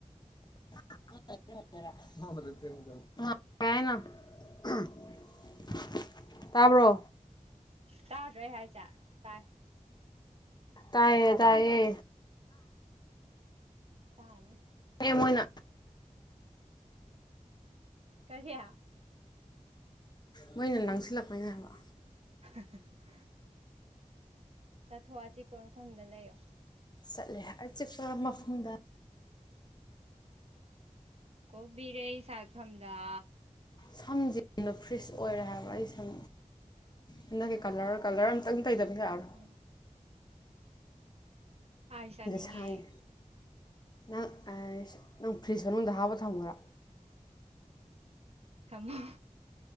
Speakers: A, on the left (about 30°); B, on the right (about 50°).
A: <unintelligible> ꯀꯩ ꯍꯥꯏꯅꯣ <unintelligible> ꯇꯥꯕ꯭ꯔꯣ
B: ꯇꯥꯗ꯭ꯔꯣ ꯑꯩ ꯍꯥꯏ <unintelligible> ꯇꯥꯏ
A: ꯇꯥꯏꯌꯦ ꯇꯥꯏꯌꯦ
B: ꯇꯥꯅꯤ
A: ꯑꯦ ꯃꯣꯏꯅ
B: ꯀꯔꯤ
A: ꯃꯣꯏꯅ ꯂꯥꯡꯁꯤꯜꯂꯛꯄꯩꯅꯦ ꯍꯥꯏꯕ
B: <unintelligible> ꯆꯠꯊꯣꯛꯑꯣ ꯑꯆꯤꯛꯄ ꯃꯐꯝꯗ ꯂꯩꯌꯣ
A: ꯆꯠꯂꯦ ꯑꯆꯤꯛꯄ ꯃꯐꯝꯗ
B: ꯀꯣꯝꯕꯤꯔꯩ ꯁꯥꯠꯐꯝꯘ
A: ꯁꯝꯁꯦ ꯐ꯭ꯔꯤꯁ ꯑꯣꯏꯔꯦ ꯍꯥꯏꯕ ꯑꯩ ꯁꯝ ꯍꯟꯗꯛꯀꯤ ꯀꯂꯔ ꯀꯂꯔ ꯑꯝꯇꯪ ꯇꯩꯗꯕ ꯌꯥꯔꯔꯣꯏ
B: ꯎꯝ ꯑꯥꯏꯁ ꯆꯥꯅꯤꯡꯉꯦ
A: ꯁꯥꯡꯉꯦ ꯅꯪ ꯅꯪ ꯐ꯭ꯔꯤꯖ ꯃꯅꯨꯡꯗ ꯍꯥꯞꯄ ꯊꯝꯃꯔꯣ
B: ꯊꯝꯃꯣ